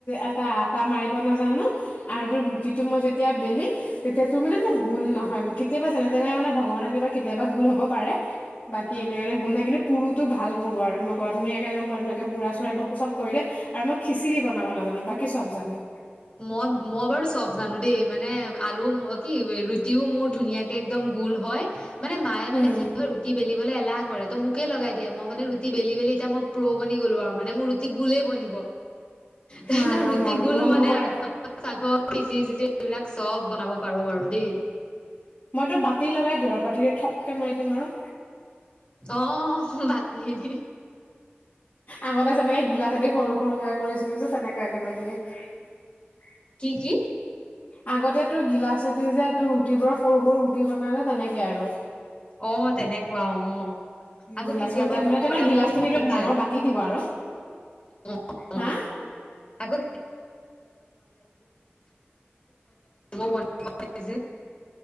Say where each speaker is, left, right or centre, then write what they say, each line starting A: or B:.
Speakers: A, on the left; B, on the left.
A: এটা আটা মাৰিব নাজানো। আৰু তোৰ ৰুটিটো মই যেতিয়া বেলিম তেতিয়া তোৰ মানে মোৰ গোল নহয়, কেতিয়াবা যেনে তেনে মানে ভগৱানৰ কৃপাত কেতিয়াবা গোল হ'ব পাৰে। বাকী
B: অ
A: এনে মানে গোল নাই কিন্তু পুৰো তো ভাল পুৰো আৰু সেইটো ন পুৰা ধুনীয়াকে একদম বৰ ধুনীয়াকৈ পুৰা চু়ৰা কৰি দিয়ে আৰু মই খিচিৰি বনাব নাজানিম বাকী চব জানিম।
B: মই মই বাৰু চব জানো দেই। মানে আলু কি ৰুটিও মোৰ ধুনীয়াকে একদম গোল হয়। মানে মায়ে মানে
A: উম,
B: কি হয় ৰুটি বেলিবলে এলাহ কৰে ত মোক মোকে লগাই দিয়ে মানে, মই ৰুটি বেলি বেলি এতি মই প্ৰ' বনি গ'লো আৰু। মানে মোৰ ৰুটি গোলে বনিব তাৰপিছ
A: হা মোৰ
B: ৰুটি
A: ন
B: গোল
A: মোৰ
B: মানে।
A: নহৰে
B: ম চি <inaudible> সেইবিলাক চব বনাব পাৰোঁ বাৰু দেই।
A: মইতো বাতি লগাই দিওঁ আৰু বাতিটো থপকে, মাৰি দিম আৰু।
B: আহ বাতি য়ে দি।
A: আগতে যেনেকে গিলাচে দি সৰু সৰু সেয়া কৰিছিলো, যে তেনেকুৱা কিবা কিবি।
B: কি কি।
A: আগতে তোৰ গিলাচেদি যায় তোৰ ৰুটিবোৰ সৰু সৰু ৰুটি বনাই যে তেনেকে আৰু।
B: আহ তেনেকুৱা আহ আকৌ
A: গিলাচৰ
B: কেতিয়াবা,
A: তাত
B: মম'
A: মানে
B: বনাবও
A: তাৰমানে গিলাচটো
B: মন
A: নিদো ডাঙৰ
B: যায়
A: বাতি দিব আৰু
B: অহ অহ
A: হা
B: আকৌ। <unintelligible> যে।